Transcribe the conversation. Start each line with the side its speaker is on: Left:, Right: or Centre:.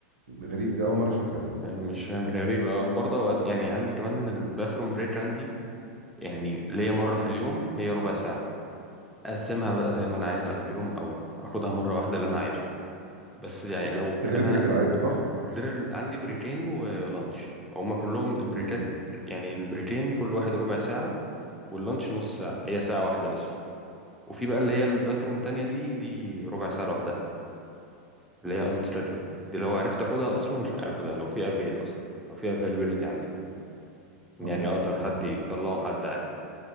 Right: آه، غريب دي اول مره اشوفها دي
Centre: مش فاهم غريبة آه، وبرضه أوقات يعني عندي كمان الباثروم بريك عندي يعني ليا مرة في اليوم هي ربع ساعة أقسمها بقى زي ما أنا عايز على اليوم أو أخدها مرة واحدة اللي أنا عايزه بس يعني لو
Right: ده غير
Centre: أنا
Right: البريك العادي صح؟
Centre: literal عندي بريكين ولانش هما كلهم البريكات
Right: امم
Centre: يعني البريكين كل واحد ربع ساعة واللانش نص ساعة هي ساعة واحدة بس وفي بقى اللي هي الباثروم تانية دي دي ربع ساعة لوحدها اللي هي ان scheduled دي لو عرفت اخدها اصلا اخدها لو في افيل اصلا لو في availability عندي يعني
Right: اه اه
Centre: اقدر حد
Right: آه.
Centre: يطلعه حد عادي